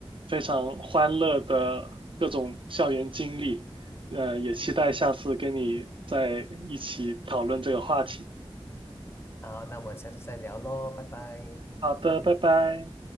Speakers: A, on the right; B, on the left.
A: 非常欢乐的各种校园经历，呃，也期待下次跟你在一起讨论这个话题。
B: 好，那我们下次再聊喽，拜拜。
A: 好的，拜拜。